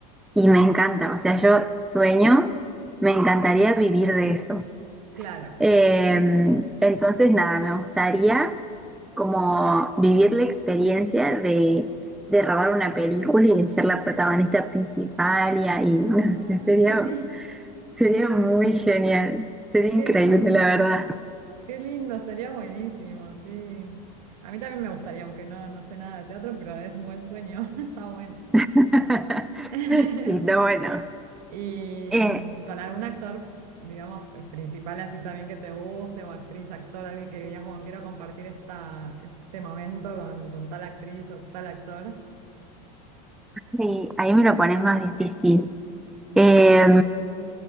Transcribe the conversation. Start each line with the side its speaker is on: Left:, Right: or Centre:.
Centre: y me encanta. O sea, yo sueño, me encantaría vivir de eso.
Right: Claro.
Centre: Eh, entonces, nada, me gustaría como vivir la experiencia de, de robar una película y de ser la protagonista principal y ahí, <laughs> no
Right: ¡Ay,
Centre: sé, sería,
Right: qué lindo!
Centre: sería muy genial, sería
Right: Qué
Centre: increíble,
Right: lindo,
Centre: la verdad.
Right: qué lindo, estaría buenísimo, sí. A mí también me gustaría, aunque no, no sé nada de teatro, pero es un buen sueño, <laughs> está bueno.
Centre: <laughs>
Right: <laughs>
Centre: Sí, está bueno.
Right: Y
Centre: Eh,
Right: mm, con algún actor, digamos, eh, principal así también que te guste, o actriz, actor, alguien que digas, Juan, quiero compartir esta, este momento con, con tal actriz o tal actor.
Centre: sí, ahí me lo pones más difícil. Eh,